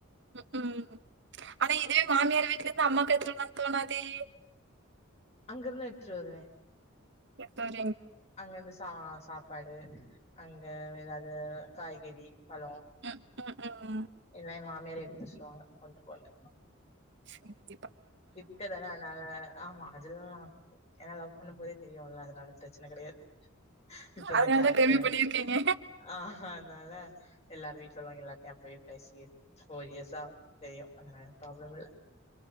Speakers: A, on the right (about 60°); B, on the left (about 35°).
A: உ ம் ஆனா இதுவே மாமியார் வீட்ல யிந்து அம்மாக்கு எத்தோ தோனா தெரியு
B: அங்கிருந்து த எடுத்துட்டு வருவே
A: எப்பர்
B: அங்கந்து ச சாப்பாடு அங்க ஏதாது இது காய்கறி பழ
A: ம் ம் ம்
B: இல்லே மால் வேற எடுத்து ஸ்டா வந்து வந்து
A: செரி
B: கிட்டதானே ந ஆமா அதுன ஏனா லவ் ஒண்ணு போதே தெரியுலா அதனால பிரச்சன கெடையாது இப்பதா
A: அதனாலதான்
B: கேரக்டர்
A: கல்வி பண்ணியிருக்கீங்க
B: ஆ அதனால எல்லாரு வீட்டுலுலங்கவ எல்லாத்தையு போயி பேசி ஃபோர் இயர்சா தெரியு அதனால பிராப்ள யில்ல